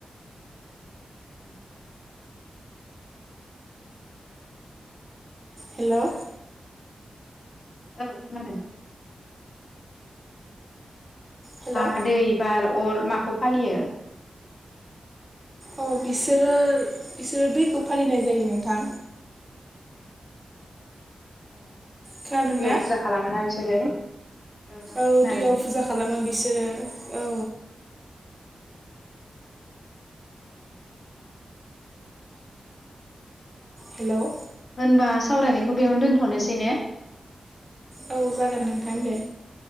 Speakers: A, on the left; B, on the right.
A: औ।
B: हेल'
A: औ खोनादों।
B: हेलौ
A: हा दै बार अर माखौ फालियो?
B: अ बिसोरो बिसोरो दैखौ फालिनाय जायो नोंथां।
A: <inaudible>
B: खोनादोंना
A: दैयाव फुजा खालामोना बिसोरो ओं ओं
B: औ
A: खोनादों
B: दैयाव फुजा खालामो बिसोरो औ हेल'
A: होनबा सावरायनायखौ बेयावनो दोनथ'नोसै ने?
B: औ जागोन नोंथां दे